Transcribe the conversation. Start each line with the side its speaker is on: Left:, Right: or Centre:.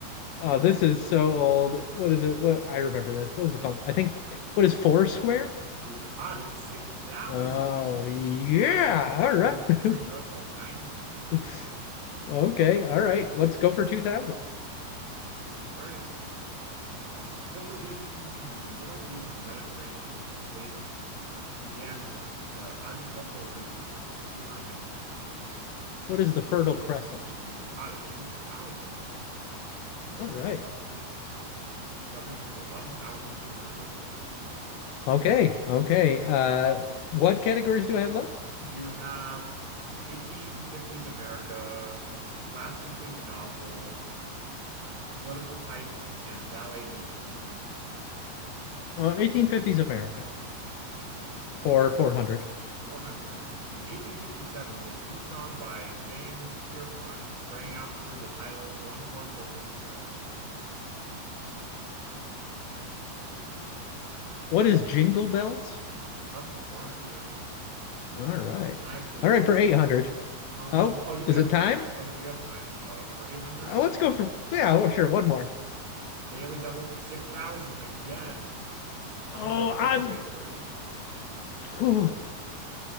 Left: Oh, this is so old. What is it? What I remember this. What is it called? I think what is Foursquare?
Right: You got it, 6,000.
Left: Oh, yeah.
Right: Impressive.
Left: All
Right: That
Left: right.
Right: brings
Left: <laughs>
Right: that brings you up to 9,200.
Left: <laughs> Okay, all right. Let's go for 2000.
Right: All right. Um, civilizations in the Middle East and the Mediterranean basin began in the, the agricultural region with this two-word nickname.
Left: What is the Fertile Crescent?
Right: You got it, 2,000. Impressive.
Left: All right.
Right: So that brings you to 11,200 overall.
Left: Okay, okay. Uh, what categories do I have left?
Right: You have 1850s America, last complete novel, political types, and ballet miserable.
Left: Uh, 1850s America
Right: 1850s
Left: for
Right: America
Left: 400.
Right: for 400. In 1857, this new song by James Pierpont rang out under the title One Horse Open Sleigh.
Left: What is Jingle Bells?
Right: <laughs> Yup, 400.
Left: All right.
Right: And I believe,
Left: All right, for 800.
Right: um,
Left: Oh,
Right: oh, you you
Left: is
Right: have
Left: it
Right: time.
Left: time?
Right: Oh, no, you have time uh, for 800.
Left: Uh, let's go for, yeah, well, sure, one more.
Right: Daily double for 6,000 again. How
Left: Oh,
Right: much would you
Left: I'm,
Right: like the wager?
Left: whew.